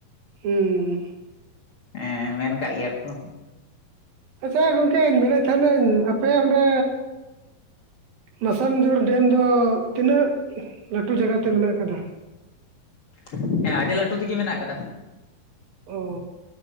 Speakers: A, on the right; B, on the left.
A: ᱦᱩᱸ
B: ᱦᱮᱸ ᱢᱮᱱ ᱠᱟᱜ ᱜᱮᱭᱟ ᱠᱚ᱾
A: ᱟᱪᱷᱟ ᱜᱚᱝᱠᱮᱧ ᱢᱮᱱᱮᱜ ᱛᱟᱦᱮᱱᱟᱹᱧ ᱟᱯᱮᱭᱟᱜ ᱚᱸᱰᱮ ᱢᱟᱥᱟᱱᱡᱳᱲ ᱰᱮᱢ ᱫᱚ ᱛᱤᱱᱟᱹᱜ ᱞᱟᱹᱴᱩ ᱡᱟᱜᱟ ᱛᱮ ᱢᱮᱱᱟᱜ ᱟᱠᱟᱫᱟ?
B: ᱦᱮᱸ, ᱟᱹᱰᱤ ᱞᱟᱹᱴᱩ ᱛᱮᱜᱤ ᱢᱮᱱᱟᱜ ᱠᱟᱫᱟ᱾
A: ᱳᱻ᱾